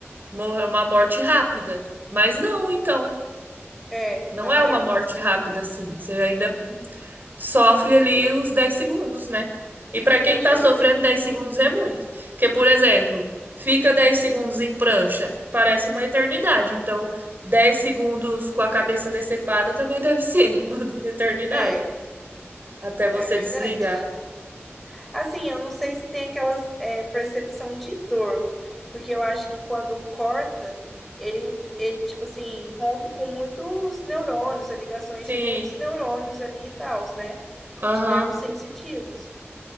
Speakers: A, on the right; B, in the centre.
A: Morreu uma morte rápida. Mas não, então,
B: É,
A: não
B: não
A: é uma
B: é?
A: morte rápida assim. Você ainda sofre ali os 10 segundos, né? E para quem
B: Os
A: tá
B: dez
A: sofrendo
B: segundos.
A: 10 segundos é muito. Porque, por exemplo, fica 10 segundos em prancha, parece uma eternidade. Então, 10 segundos com a cabeça decepada também deve ser uma <laughs> eternidade
B: É,
A: até você
B: é verdade.
A: desligar.
B: Assim, eu não sei se tem aquela é, percepção de dor, porque eu acho que quando corta, ele, ele, tipo assim, rompe com muitos neurônios, as ligações
A: Sim.
B: de muitos neurônios ali e tal, né?
A: Aham.
B: De nervos sensitivos.